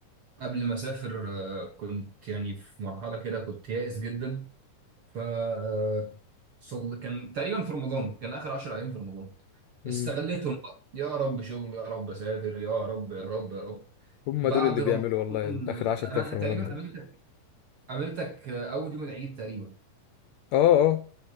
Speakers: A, on the right; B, on the left.
A: قبل ما اسافر آه، كنت يعني في مرحله كده كنت يائس جدا ف آه، صل كان تقريبا في رمضان كان اخر 10 ايام في رمضان
B: امم
A: استغليتهم بقى يا رب شغل يا رب اسافر يا رب يا رب يا رب
B: هم
A: بعد
B: دول اللي بيعملوا
A: رمضان
B: والله اخر
A: آه،
B: 10
A: انا
B: ايام في
A: تقريبا
B: رمضان ده
A: قابلتك قابلتك آه، اول يوم العيد تقريبا
B: اه اه